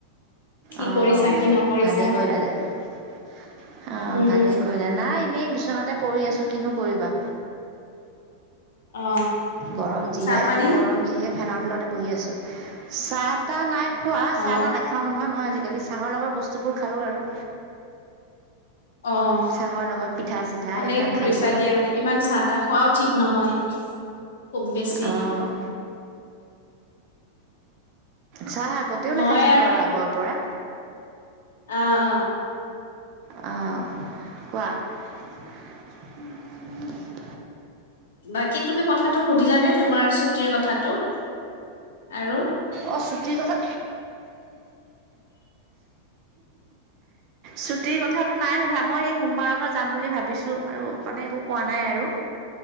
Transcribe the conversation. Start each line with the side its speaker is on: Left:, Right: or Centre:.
Left: কি
Right: অঁ
Left: কৰিছা কি নকৰিছা
Right: ভালেই কৰিলা অঁ
Left: উম
Right: ভালেই কৰিলা নাই এনেই বিচনাতে পৰি আছো কিনো কৰিবা
Left: অ
Right: গৰম যিহে
Left: চাহ পানী
Right: গৰম যিহে ফেনৰ তলতে বহি আছোঁ চাহ তাহ নাই খোৱা
Left: অ
Right: চাহ তাহ নে খাওঁ নহয় মই আজিকালি চাহৰ লগৰ বস্তুবোৰ খালোঁ আৰু
Left: অ ভালেই
Right: চাহৰ লগত পিঠা চিঠা সেইবিলাক
Left: কৰিছা
Right: খালোঁ আৰু
Left: দিয়া ইমান চাহ তাহ খোৱাও ঠিক নহয় খুব বেছি
Right: অঁ চাহ আগতেও
Left: মই
Right: নাখাইছিলোঁ বাৰু আগৰ পৰা
Left: অঁ অঁ
Right: অঁহ কোৱা <inaudible>
Left: বাকী তুমি কথাটো সুধিলা নে তোমাৰ ছুটিৰ কথাটো আৰু
Right: অ ছুটিৰ কথা চুটিৰ কথাটো নাই সোধা মই এই সোমবাৰৰ পৰা যাম বুলি ভাবিছোঁ, আৰু কাৰণে একো কোৱা নাই আৰু।